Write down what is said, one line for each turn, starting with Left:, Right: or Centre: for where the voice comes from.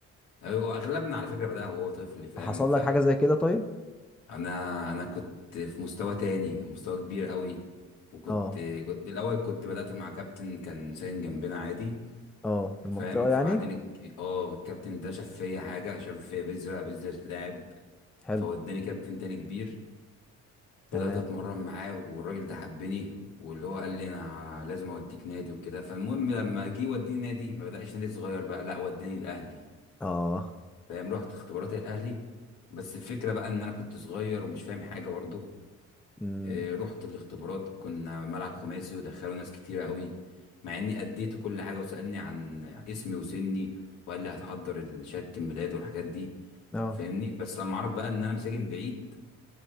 Left: ايوه اغلبنا على فكرة بدأ وهو طفل فاهم
Centre: حصل
Left: فانا
Centre: لك حاجه زي كده طيب
Left: انا كنت في مستوى تاني مستوى كبير قوي وكنت
Centre: اه
Left: كنت الاول كنت بدأت مع كابتن كان ساكن جنبنا عادي
Centre: اه في المنطقه
Left: فاهم
Centre: يعني
Left: فبعدين الك- اه الكابتن ده شاف فيا حاجه شاف فيا بذره بذره لاعب
Centre: حلو
Left: فوداني كابتن تاني كبير
Centre: تمام
Left: بدات اتمرن معاه والراجل ده حبني واللي هو قال لي انا لازم اوديك نادي وكده فالمهم لما جه يوديني نادي ما بداش نادي صغير بقى لا وداني الاهلي
Centre: اه
Left: فاهم رحت اختبارات الاهلي بس الفكره بقى ان انا كنت صغير ومش فاهم حاجه برضه
Centre: امم
Left: آه، رحت الاختبارات كنا ملعب خماسي ودخلوا ناس كتيرة قوي مع اني اديت كل حاجة وسألني عن اسمي وسني وقال لي هتحضر ال- شهادة الميلاد والحاجات دي
Centre: اه
Left: فاهمني بس لما عرف بقى ان انا مساكن بعيد